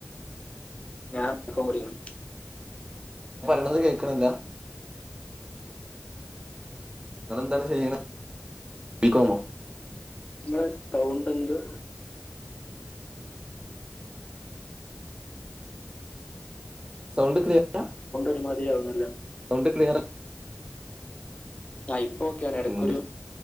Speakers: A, on the left (about 30°); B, on the right (about 20°).
A: ഞാൻ ബികോം പഠിക്കണ്.
B: പറയണത് കേക്കണില്ല? നിങ്ങളെന്താണ് ചെയ്യണേ ബിക്കോമോ?
A: മ്മളെ കൗണ്ടെന്തുവാ?
B: സൗണ്ട് ക്ലിയറ
A: ഒരു മാതിരിയാവുന്നല്ലോ.
B: ണ്ട് ക്ലിയറൽ
A: ആ ഇപ്പോക്കെയാണ് എടക്കൊരു
B: ഉം.